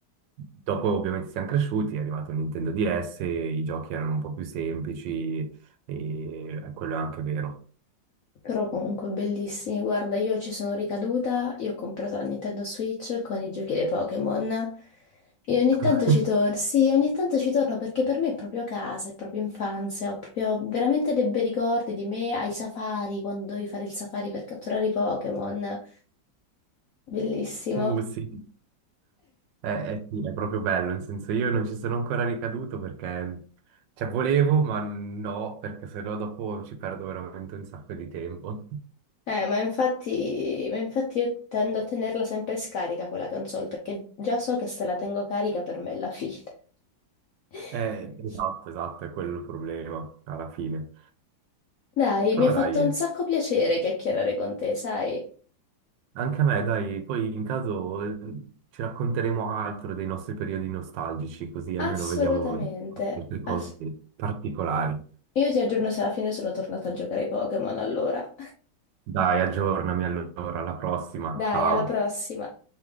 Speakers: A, on the right (about 75°); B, on the left (about 60°).
A: dopo ovviamente siamo cresciuti, è arrivato il Nintendo DS, i giochi erano un po' più semplici e quello è anche vero.
B: Però comunque bellissimi. Guarda, io ci sono ricaduta, io ho comprato la Nintendo Switch con i giochi dei Pokémon e
A: <laughs>
B: ogni tanto ci torno. Sì, ogni tanto ci torno perché per me è proprio casa, è proprio infanzia, ho proprio veramente dei bei ricordi di me ai safari, quando dovevi fare il safari per catturare i Pokémon. Bellissimo.
A: Uh, sì, eh, eh, sì, è proprio bello, nel senso io non ci sono ancora ricaduto perché, cioè volevo, ma no, perché sennò dopo ci perdo veramente un sacco di tempo.
B: Eh, ma infatti, ma infatti io tendo a tenerla sempre scarica quella console perché già so che se la tengo carica per me è la fine. <laughs>
A: Eh, esatto, esatto, è quello il problema alla fine.
B: Dai,
A: Però
B: mi ha fatto
A: dai,
B: un
A: eh.
B: sacco piacere chiacchierare con te, sai?
A: Anche a me, dai, poi in caso eh, ci racconteremo altro dei nostri periodi nostalgici, così almeno
B: Assolutamente.
A: vediamo altre cose
B: ass-
A: particolari.
B: Io ti aggiorno se alla fine sono tornata a giocare ai Pokémon allora. <laughs>
A: Dai, aggiornami allora, alla prossima,
B: Dai,
A: ciao.
B: alla prossima.